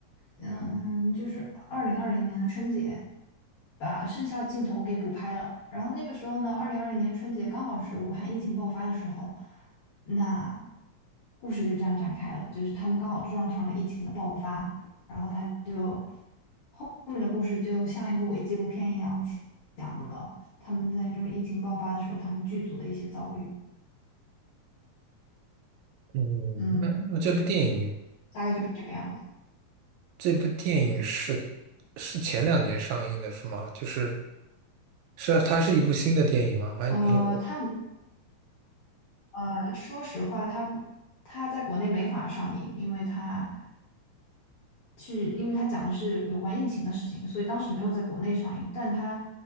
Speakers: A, on the left (about 65°); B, on the right (about 80°).
A: 嗯，就是二零二零年的春节，把剩下的镜头给补拍了。然后那个时候呢，二零二零年春节刚好是武汉疫情爆发的时候。那故事就这样展开了，就是他们刚好撞上了疫情的爆发，然后他就后后面的故事就像一个伪纪录片一样讲了他们在这个疫情爆发的时候，他们剧组的一些遭遇。
B: 嗯，
A: 嗯，
B: 那那这部电影
A: 大概就是这个样子。
B: 这部电影是是前两年上映的，是吗？就是是啊，它是一部新的电影吗？还有，
A: 呃，他呃，说实话，他他在国内没法上映，因为他是因为它讲的是有关疫情的事情，所以当时没有在国内上映，但它